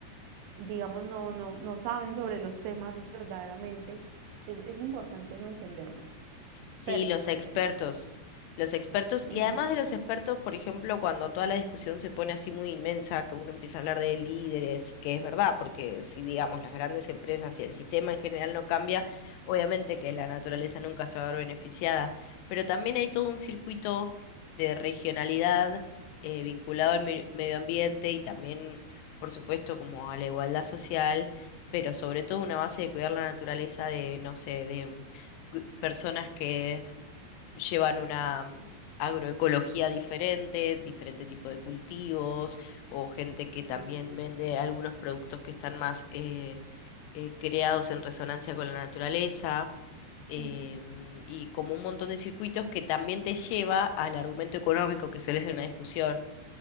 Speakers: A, on the right (about 85°); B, on the left (about 85°).
A: digamos, no, no, no saben sobre los temas verdaderamente, es, es importante uno entenderlo
B: Sí,
A: personalmente.
B: los expertos, los expertos,
A: Ujú.
B: y además de los expertos, por ejemplo, cuando toda la discusión se pone así muy inmensa, que uno empieza a hablar de líderes, y que es verdad, porque si digamos las grandes empresas y el sistema en general no cambia, obviamente que la naturaleza nunca se va a ver beneficiada, pero también hay todo un circuito de regionalidad eh, vinculado al me- medio ambiente y también, por supuesto, como a la igualdad social, pero sobre todo una base de cuidar la naturaleza de, no sé, de gu- personas que llevan una mm, agroecología diferente, diferente tipo de cultivos, o gente que también
A: Ujú.
B: vende algunos productos que están más eh, eh, creados en resonancia con la naturaleza. em,
A: Ujú.
B: y como un montón de circuitos que también te lleva al argumento económico que suele ser una discusión